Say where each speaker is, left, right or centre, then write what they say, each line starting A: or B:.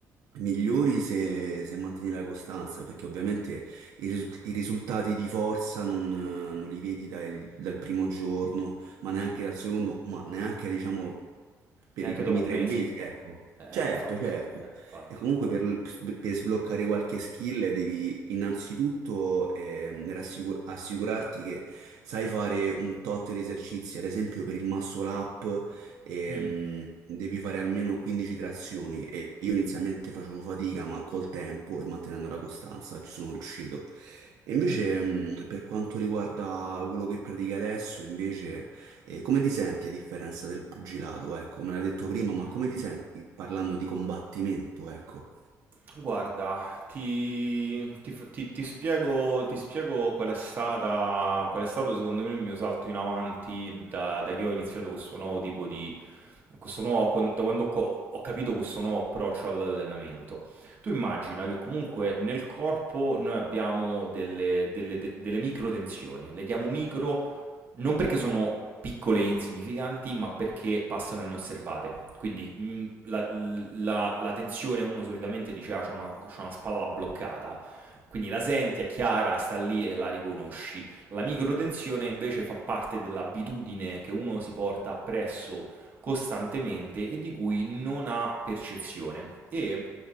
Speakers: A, on the right; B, on the right.
A: migliori se, se mantieni la costanza, perché ovviamente i, risul- i risultati di forza non, eh, non li vedi dai- dal primo giorno, ma neanche dal secondo, ma neanche diciamo per
B: Neanche
A: i primi
B: dopo un
A: tre
B: mese.
A: mesi, ecco.
B: Eh,
A: Certo,
B: eh, infatti.
A: certo.
B: Eh, infatti.
A: E comunque per, per sbloccare qualche skill devi innanzitutto ehm, rassicu- assicurarti che sai fare un tot di esercizi, ad esempio per il muscle up ehm,
B: Mh,
A: devi fare almeno 15 trazioni e io inizialmente facevo fatica, ma col tempo e mantenendo la costanza ci sono riuscito. E invece
B: mh,
A: mh, per quanto riguarda quello che pratichi adesso, invece e come ti senti a differenza del pugilato? Ecco, me l'hai detto prima, ma
B: mh.
A: come ti senti parlando di combattimento? Ecco.
B: Guarda, ti ti f ti ti spiego ti spiego qual è stata qual è stato secondo me il mio salto in avanti da da che ho iniziato questo nuovo tipo di questo nuovo quan da quando ho co ho capito questo nuovo approccio all'allenamento. Tu immagina che comunque nel corpo noi abbiamo delle delle te delle microtensioni, le chiamo micro non perché sono piccole e insignificanti, ma perché passano inosservate. Quindi mh, la, la- la tensione uno solitamente dice, ah, c'ho una, c'ho una spalla bloccata. Quindi la senti, è chiara, sta lì e la riconosci. La microtensione invece fa parte dell'abitudine che uno si porta appresso costantemente e di cui non ha percezione. E